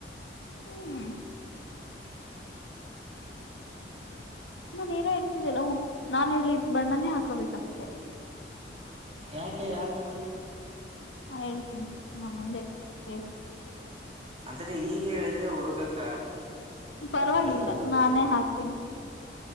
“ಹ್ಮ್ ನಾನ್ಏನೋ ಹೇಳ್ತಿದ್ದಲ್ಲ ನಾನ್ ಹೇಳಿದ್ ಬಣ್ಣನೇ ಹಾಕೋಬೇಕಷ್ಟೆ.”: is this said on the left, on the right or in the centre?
Left